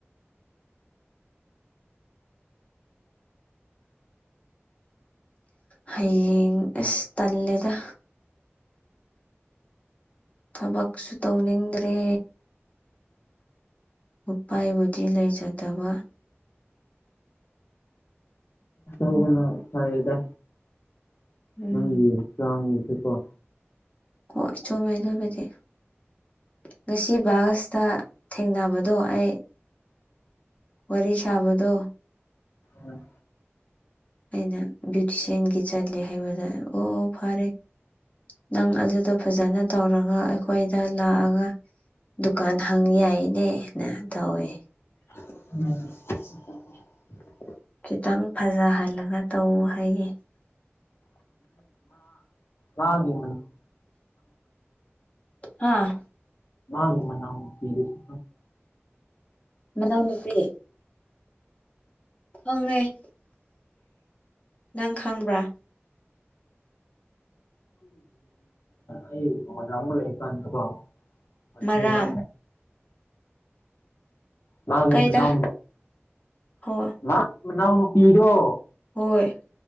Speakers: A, on the left (about 30°); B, on the left (about 60°).
A: ꯍꯌꯦ ꯇꯂꯦꯗ ꯊꯕꯛꯁꯨ ꯇꯧꯅꯤꯡꯗ꯭ꯔꯦ ꯎꯄꯥꯏꯕꯨꯗꯤ ꯂꯩꯖꯗꯕ
B: ꯀꯅ ꯐꯗ
A: ꯎꯝ
B: ꯅꯪ ꯆꯥꯡ ꯑꯗꯨꯒꯀꯣ
A: ꯑꯣ ꯆꯨꯝꯃꯦ ꯑꯗꯨ ꯑꯣꯏꯕꯗꯤ ꯉꯁꯤ ꯕꯥꯁꯇ ꯊꯦꯡꯅꯕꯗꯣ ꯑꯩ ꯋꯥꯔꯤ ꯁꯥꯕꯗꯣ
B: ꯎꯝ
A: ꯑꯩꯅ ꯕ꯭ꯌꯨꯇꯤꯁꯤꯌꯥꯟꯒꯤ ꯆꯠꯂꯦ ꯍꯥꯏꯕꯗ ꯑꯣ ꯑꯣ ꯐꯔꯦ ꯅꯪ ꯑꯗꯨꯗꯣ ꯐꯖꯅ ꯇꯧꯔꯒ ꯑꯩꯈꯣꯏꯗ ꯂꯥꯛꯑꯒ ꯗꯨꯀꯥꯟ ꯍꯪ ꯌꯥꯏꯅꯦꯅ ꯇꯧꯋꯦ
B: ꯎꯝ
A: ꯈꯤꯇꯪ ꯐꯖꯍꯜꯂꯒ ꯇꯧꯎ ꯍꯥꯏꯌꯦ
B: ꯂꯒꯦ
A: ꯍꯥꯥ
B: ꯃꯥꯒꯤ ꯃꯅꯥ ꯄꯤꯔꯁ
A: ꯃꯅꯥꯎ ꯅꯨꯨꯄꯤ ꯑꯉꯃꯦ ꯅꯪ ꯈꯪꯕ꯭ꯔꯥ
B: ꯑꯩ ꯀꯥꯟ ꯃꯁꯅꯥ
A: ꯃꯔꯥꯝ
B: ꯃꯥꯒꯤ
A: ꯀꯩꯗ
B: ꯃꯅꯥꯎ
A: ꯍꯣ
B: ꯃꯥ ꯃꯅꯥꯎꯅꯄꯤꯔꯣ
A: ꯍꯣꯏ